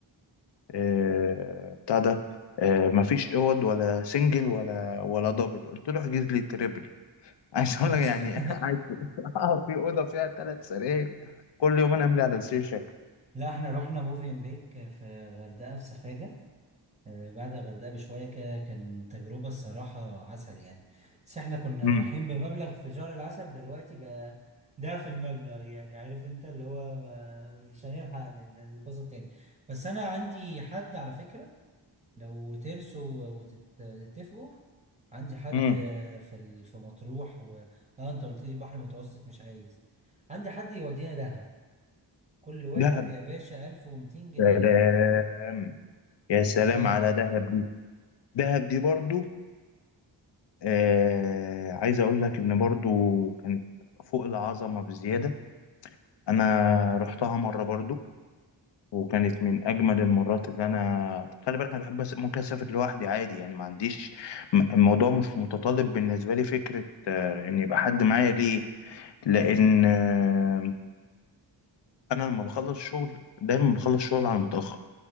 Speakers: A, on the left (about 65°); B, on the right (about 15°).
A: آه، بتاع ده آه، مفيش اوض ولا سنجل ولا ولا دبل قلت له احجز لي تريبل <laughs> عايز اقول
B: آه،
A: لك
B: اصلا
A: يعني <laughs> عايز اه في اوضه فيها ثلاث سراير كل يوم انا املي على سرير شكل
B: <laughs> لا احنا رحنا موفين بيك في غردقه في سفاجه آه، بعد الغردقه بشويه كده كان تجربه الصراحه عسل يعني بس احنا كنا
A: امم
B: رايحين بمبلغ في شهر العسل دلوقتي بقى ضعف المبلغ يعني عارف انت اللي هو ما- مش هنلحق نتبسط تاني بس انا عندي حد على فكره لو ترسوا وتتفقوا عندي حد
A: امم
B: في ال- في مطروح و... اه انت قلت لي بحر متوسط مش عايز عندي حد يودينا دهب كل واحد
A: دهب
B: يا باشا 1200 جنيه
A: سلام يا سلام
B: صدقني
A: على دهب دي دهب دي برضو آه عايز اقول لك ان برضو كانت فوق العظمه بزياده انا رحتها مره برضو وكانت من اجمل المرات اللي انا خلي بالك انا بحب أس- ممكن اسافر لوحدي عادي يعني ما عنديش م- الموضوع مش متطلب بالنسبه لي فكره آه، ان يبقى حد معايا ليه لان آه، انا لما بخلص شغل دايما بخلص شغل على متاخر